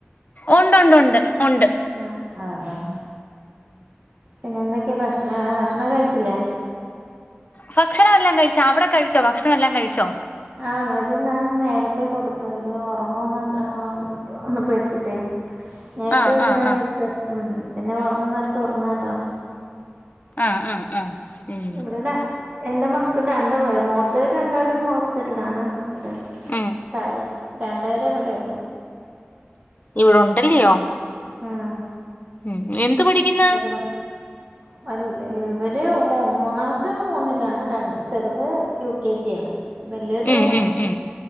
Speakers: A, on the left; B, on the right.
A: ഒണ്ട് ഒണ്ട് ഒണ്ട് ഒണ്ട്
B: ആഹ് ആഹ് ആഹ് പിന്നെ എന്തൊക്കെയാ ആഹ് ഭക്ഷണം ഭക്ഷണം കഴിച്ചില്ലേ?
A: ഭക്ഷണംല്ലാം കഴിച് അവിടെ കഴിച്ചോ ഭക്ഷണം എല്ലാം കഴിച്ചോ?
B: ആവ്ടെ ഞാൻ നേരത്തെ കൊടുത്തു അവര് ഉറങ്ങന്ന് ങാ ഒ പേടിച്ചിട്ടേ നേരത്തെ
A: ആഹ്
B: ഭഷണം
A: ആഹ് ആഹ്
B: കഴിച് ഉം പിന്നെ ഉറങ്ങുന്നവർക്ക് ഉറങ്ങാലോ
A: ആഹ് ആഹ് ആഹ് ഉം
B: ഇവിടെന്നെ എന്റെ മക്കൾ രണ്ടുപേ മൂത്തര് രണ്ടുപേരും ഹോസ്റ്റലാണ് അവിടെ
A: ഉം
B: താഴ രണ്ട് പേരെ ഇവിടെ ഉള്ളൂ
A: ഇവടുണ്ടല്ല്യോ
B: ആഹ്
A: ഉം എന്ത് പഠിക്കുന്ന
B: ചെരബക്ക് അല്ല ഇവര് മൊ മൂന്നാമത്തെ മൂന്നിലാണ് ര ചെറുത് യു കെ ജിയാണ് വല്യരു
A: ഉം ഉം ഉം